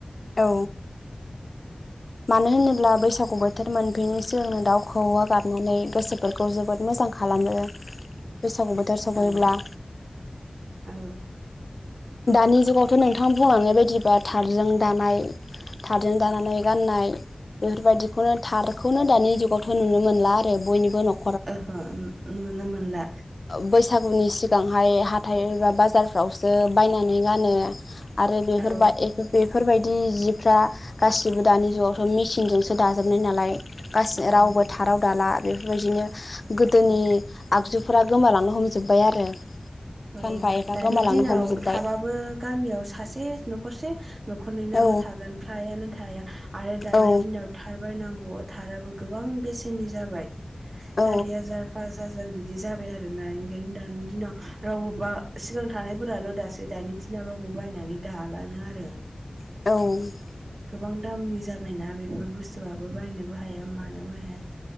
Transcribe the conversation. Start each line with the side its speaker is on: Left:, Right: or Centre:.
Left: औ मानो होनोब्ला बैसागु बोथोर मोनफैनोसोगंनो दाउखौवा गारनानै गोसोफोरखौ खौ जोबोद मोजां खालामो बैसागु बोथोर सफैब्ला
Right: औ औ
Left: दानि जुगावथ' नोंथाङा बुंलांनाय बायदिबा थारजों दानाय थारजों जानानै गाननाय बेफोरबायदिखौनो थारखौनो दानि जुगावथ' नुनो मोनला आरो बयनिबो न'खर
Right: अहो अहो उम नुनो मोनला
Left: बैसागुनि सिगांहाय हाथाइ एबा बाजारफ्रावसो बायनानै गानो आरो बेफोरबाय
Right: औ
Left: बेफोरबायदि जिफ्रा गासिबो दानि जुगावथ' मेचिनजोंसो दाजोबनाय नालाय गाससि
Right: औ नंगौ
Left: रावबो
Right: नोंथां
Left: थाराव दाला बेफोरबायदिनो गोदोनि
Right: औ
Left: आगजुफोरा गोमालांनो हमजोब्बाय आरो
Right: औ
Left: सानफा एफा
Right: दानि
Left: गोमालांनो
Right: दिनाव
Left: हमजोब्बाय
Right: थाबाबो गामियाव सासे न'खरसे न'खरनैनाल'
Left: औ
Right: थागोन फ्रायानो थाया आरो दानि
Left: औ
Right: दिनाव थारबायायनांगौ थाराबो गोबां बेसेननि जाबाय
Left: औ
Right: सारि हाजार फास हाजार बिदि जाबाय आरोना ओंखायनो दानि दिनाव रावबो बा सिगां थानायफोराल' दासै दानि दिनाव रावबो बायनानै दालानो आरो
Left: औ
Right: गोबां दामनि जाबायना बेफोर बुस्थुआबो बायनोबो हाया मानो हाया